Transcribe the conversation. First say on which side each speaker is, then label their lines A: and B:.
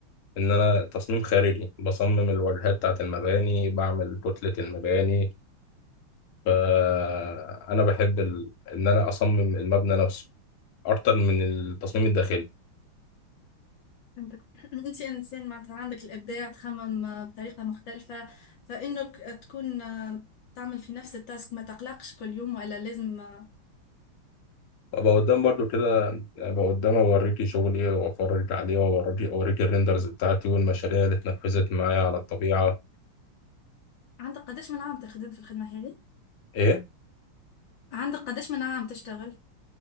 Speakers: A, on the left; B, on the left.
A: إن أنا تصميم خارجي بصمم الواجهات بتاعت المباني بعمل كتلة المباني فأنا بحب ال... إن أنا أصمم المبنى نفسه أكتر من التصميم الداخلي
B: فهمتك. <laughs> انت انسان معناتها عندك الابداع تخمم آه، بطريقه مختلفه فانك تكون آه، تعمل في نفس التاسك ما تقلقش كل يوم ولا لازم آه،
A: وأبقى قدام برضو كده أبقى قدام أوريكي شغلي وأفرجك عليه وأوريكي أوريكي الريندرز بتاعتي والمشاريع اللي اتنفذت معايا على الطبيعة
B: عندك قداش من عام تخدم في الخدمه هذه
A: إيه
B: عندك قداش من عام تشتغل